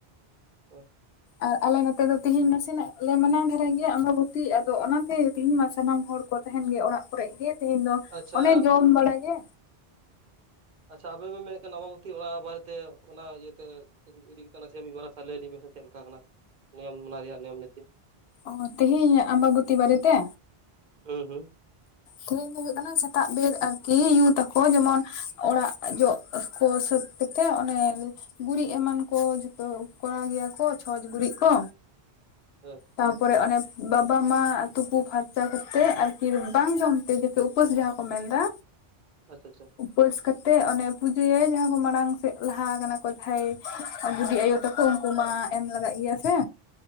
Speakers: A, on the right; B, on the left.
A: ᱚ
B: ᱟᱨ ᱟᱞᱮ ᱱᱚᱛᱮ ᱫᱚ ᱛᱮᱦᱮᱧ ᱱᱟᱥᱮᱱᱟᱜ ᱞᱮ ᱢᱟᱱᱟᱣ ᱫᱷᱟᱨᱟᱭᱟ ᱜᱮᱭᱟ ᱟᱢᱵᱟᱵᱚᱛᱤ ᱟᱫᱚ ᱚᱱᱟᱛᱮ ᱛᱮᱦᱮᱧ ᱢᱟ ᱥᱟᱱᱟᱢ ᱦᱚᱲ ᱠᱚ ᱛᱟᱦᱮᱱ ᱜᱮ ᱚᱲᱟᱜ ᱠᱚᱨᱮ ᱜᱮ ᱛᱮᱦᱮᱧ ᱫᱚ
A: ᱟᱪᱪᱷᱟ
B: ᱚᱱᱮ ᱡᱚᱢ ᱵᱟᱲᱟᱜ ᱜᱮ᱾
A: ᱟᱪᱪᱷᱟ ᱟᱵᱮᱱ ᱵᱮᱱ ᱢᱮᱱᱮᱫ ᱠᱟᱱᱟ ᱱᱟᱵᱟᱵᱚᱛᱤ ᱚᱱᱟ ᱵᱟᱨᱮᱛᱮ ᱚᱱᱟ ᱤᱭᱟᱹᱛᱮ ᱤᱫᱤ ᱠᱟᱛᱮ ᱥᱮ ᱢᱤᱫ ᱵᱟᱨ ᱞᱟᱹᱭ ᱞᱧ ᱢᱮᱥᱮ ᱪᱮᱫ ᱞᱮᱠᱟ ᱠᱟᱱᱟ ᱱᱤᱭᱚᱢ ᱚᱱᱟ ᱨᱮᱭᱟᱜ ᱱᱤᱭᱚᱢ ᱱᱤᱛᱤ᱾
B: ᱚ ᱛᱮᱦᱮᱧ ᱟᱢᱵᱟᱵᱚᱛᱤ ᱵᱟᱨᱮᱛᱮ?
A: ᱦᱩᱸ ᱦᱩᱸ
B: ᱛᱮᱦᱤᱧ ᱫᱚ ᱦᱩᱭᱩᱜ ᱠᱟᱱᱟ ᱥᱮᱛᱟᱜ ᱨᱮ ᱭᱩ ᱛᱟᱠᱚ ᱡᱮᱢᱚᱱ ᱚᱲᱟᱜ ᱡᱚ ᱜᱚ ᱥᱟᱹᱛᱛᱮ᱾ ᱛᱮ ᱚᱱᱮ ᱜᱩᱨᱤᱡ ᱮᱢᱟᱱ ᱠᱚ ᱡᱚᱛᱚ ᱠᱚᱨᱟᱣ ᱜᱮᱭᱟ ᱠᱚ ᱪᱷᱚᱸᱪ ᱜᱩᱨᱤᱡ ᱠᱚ᱾
A: ᱚᱦ
B: ᱛᱟᱯᱚᱨᱮ ᱚᱱᱮ ᱵᱟᱵᱟ ᱢᱟ ᱛᱩᱯᱩ ᱯᱷᱟᱨᱪᱟ ᱠᱟᱛᱮᱮᱫ ᱟᱨᱠᱤ ᱵᱟᱝ ᱡᱚᱢ ᱛᱮ ᱩᱯᱟᱹᱥ ᱡᱟᱦᱟᱸ᱾ ᱠᱚ ᱢᱮᱱᱫᱟ
A: ᱚᱡ ᱪᱚᱪᱚ
B: ᱩᱯᱟᱹᱥ ᱠᱟᱛᱮᱜ ᱚᱱᱮ ᱯᱩᱡᱟᱹᱭᱟᱭ ᱡᱟᱦᱟᱸ ᱠᱚ ᱢᱟᱲᱟᱝ ᱥᱮᱫ ᱞᱟᱦᱟ ᱠᱟᱱᱟ ᱠᱚ ᱡᱟᱦᱟᱸᱭ ᱵᱩᱰᱰᱤ ᱟᱭᱳ ᱛᱠᱷᱚᱡ ᱩᱱᱠᱩ ᱢᱟ ᱮᱢ ᱞᱟᱜᱟᱜ ᱜᱮᱭᱟ ᱥᱮ᱾